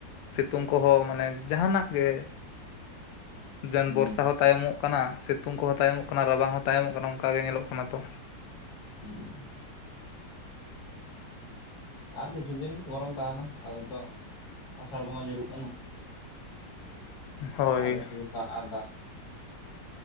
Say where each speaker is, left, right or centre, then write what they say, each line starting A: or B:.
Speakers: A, on the left; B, on the left.
A: ᱥᱤᱛᱩᱝ ᱠᱚᱦᱚᱸ ᱢᱟᱱᱮ ᱡᱟᱦᱟᱱᱟᱜ ᱜᱮ ᱡᱮᱱ
B: ᱦᱩᱸ
A: ᱵᱚᱨᱥᱟ ᱦᱚᱸ ᱛᱟᱭᱚᱢᱚᱜ ᱠᱟᱱᱟ ᱥᱤᱛᱩᱝ ᱠᱚᱦᱚᱸ ᱛᱟᱭᱚᱢᱚᱜ ᱠᱟᱱᱟ ᱨᱟᱵᱟᱝ ᱦᱚᱸ ᱛᱟᱭᱚᱢᱚᱜ ᱠᱟᱱᱟ ᱚᱱᱠᱟᱟᱜ ᱜᱮ ᱧᱮᱞᱚᱜ ᱠᱟᱱᱟ ᱛᱚ
B: ᱦᱮᱸ ᱟᱨ ᱠᱤᱪᱷᱩ ᱫᱤᱱ ᱜᱚᱨᱚᱢ ᱛᱟᱦᱮᱱᱟ ᱟᱫᱚ ᱛᱚᱜ ᱟᱥᱟᱲ ᱵᱚᱸᱜᱟ ᱧᱩᱨᱩᱜ ᱠᱟᱱᱟ᱾
A: ᱦᱳᱭ
B: ᱟᱫᱚ ᱥᱩᱫᱩ ᱫᱟᱜ ᱟᱨ ᱫᱟᱜ